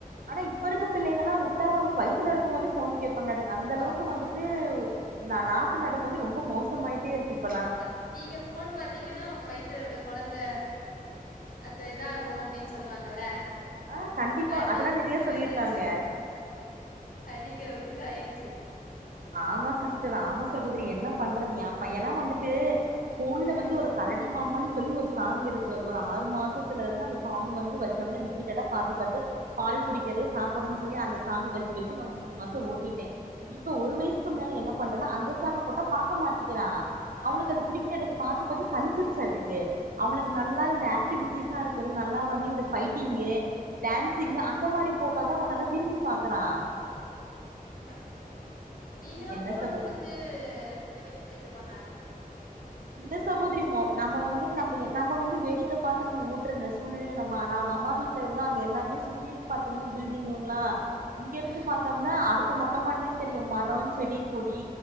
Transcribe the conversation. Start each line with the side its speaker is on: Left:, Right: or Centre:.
Right: ஆனா இப்ப இருக்க பிள்ளைங் இதெல்லா உட்டா வந்து வயித்துல இருக்கும் போதே ஃபோன் கேப் காட்டுர்கு அந்த அளவுக்கு
Left: ஆமா
Right: வந்துட்டு நான் நாட்டு நடப்பு வந்து ரொம்ப மோசமாயிட்டே இருக்கு இப்பல்லா
Left: த நீங்க ஃபோன் பாத்தீங்கன்னா உங்க வயித் யித்துல இருக்க கொழந்த அந்த இதாகு அப்டின்னு சொல்லுவாங்கல்ல
Right: ஆ கண்டிப்பா
Left: அடிங்கதாச்சு
Right: அதெல்லா நெறைய சொல்லியிருக்காங்க
Left: அடிங்கற ஒரு இத ஆயிரு
Right: ஆமா சிஸ்டர் ஆமா சகோதரி என்ன பண்றது ஏ பையல்லா வந்துட்டு ஃபோன்ல
Left: ம்
Right: வந்து ஒரு கரடி மாமான்னு சொல்லி ஒரு சாங் இருக்கு ஒரு ஆறு மாசத்துலருந்து அந்த சாங் வந்து வச்சம்னா ரிப்பீட்டடா பாத்து பாத்து பால் குடிக்கறது சாப்பட்றதுன்னு சொல்லி அந்த சாங் வச்சு வச்சு நான் ஒரு மூணு மாசம் ஓட்டிட்டேன் இப் இப்ப ஒரு வயசுக்கு மேல என்ன பண்றனா அந்த சாங்க போட்டா பாக்க மாட்டிக்கிறா
Left: ஆ
Right: அவனுக்கு அது புடிக்கலையாட்டுக்கு பாத்து பாத்து சலிச்சிருச்சாட்டுக்கு அவனுக்கு நல்லா இந்த ஆக்டிவிட்டிஸா இருக்கறது நல்லா வந்து இந்த ஃபைட்டிங்கு டான்சிங்
Left: ஆ
Right: அந்த மாரி போட் இப்பதா அவ நல்லா விரும்பி பாக்கறா
Left: ம் நீங்களு
Right: என்ன
Left: ஃபோன்
Right: சகோ
Left: குடுத்து இந்த <unintelligible> இது பண்ணாதிங்
Right: இல்ல சகோதரிமோ நம்ம வந்துட்டு நம்ம நம்ம வந்து வேடிக்க பாத்து நம்ம ஊட்டுறன சூழ்நிலை நம்ப ஆனா அங்க அம்மா வீட்ல இருனா அங்க எல்லாமே சுத்தினு பாத்தீங்கனா பில்டிங்குங்களா இங்க இருந்து
Left: ம்
Right: பாத்தோம்னா அடுத் மொட்டை மாடிதா தெரியு மரோ செடி கொடி